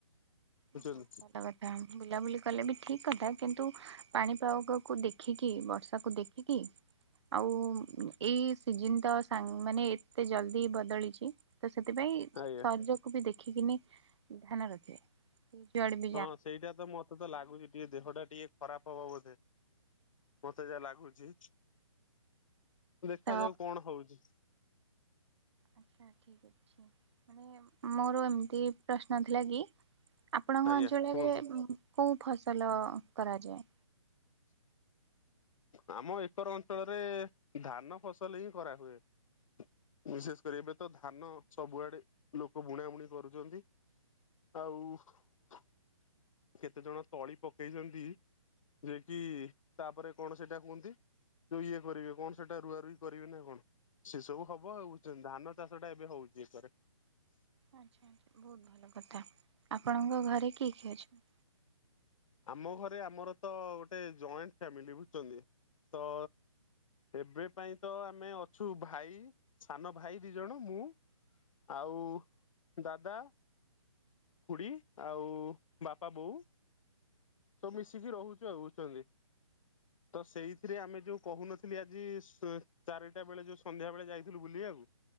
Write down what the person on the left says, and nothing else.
ବୁଝୁଛନ୍ତି।
ଆଜ୍ଞା
ହଁ, ସେଇଟା ତ ମତେ ତ ଲାଗୁଚି ଟିକେ, ଦେହ ଟା ଟିକେ ଖରାପ ହବ ବୋଧେ। ମତେ ଯା ଲାଗୁଚି, ଦେଖାଯାଉ
କଣ ହଉଚି?
ଆଜ୍ଞା
କୁହନ୍ତୁ
ଆମ ଏକର ଅଞ୍ଚଳରେ, ଧାନ ଫସଲ ହିଁ କରାହୁଏ। ବିଶେଷ କରି ଏବେ ତ, ଧାନ ସବୁଆଡେ, ଲୋକ ବୁଣା ବୁଣିବୁଣି କରୁଚନ୍ତି। ଆଉ କେତେ ଜଣ ତଳି ପକେଇଚନ୍ତି, ଯିଏ କି ତାପରେ କଣ ସେଇଟା କୁହନ୍ତି, ଯୋଉ ଇଏ କରିବେ, କଣ ସେଇଟା ରୁଆ ରୁଇ କରିବେ ନା କଣ? ସେ ସବୁ ହବ ଆଉ, ଧାନ ଚାଷ ଟା ଏବେ ହଉଚି ଏକରେ।
ଆମ ଘରେ, ଆମର ତ ଗୋଟେ ଜଏଣ୍ଟ ଫ୍ୟାମିଲି, ବୁଝୁଚନ୍ତି? ତ ଏବେ ପାଇଁ ତ ଆମେ ଅଛୁ ଭାଇ, ସାନ ଭାଇ ଦିଜଣ ମୁଁ ଆଉ, ଦାଦା ଖୁଡି, ଆଉ ବାପା ବୋଉ ତ ମିଶିକି ରହୁଛୁ ଆଉ, ବୁଝୁଚନ୍ତି, ତ ସେଇଥିରେ ଆମେ ଯୋଉ କହୁନ ନଥିଲି ଆଜି, ଚାରିଟା ବେଳେ ଯୋଉ ସନ୍ଧ୍ୟା ବେଳେ ଯାଇଥିଲୁ ବୁଲିବାକୁ